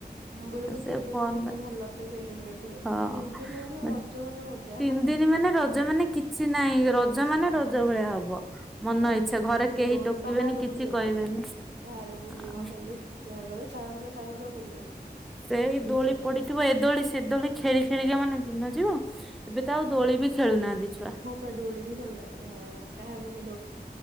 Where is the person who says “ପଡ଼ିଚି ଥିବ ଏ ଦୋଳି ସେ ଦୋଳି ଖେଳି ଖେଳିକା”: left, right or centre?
Centre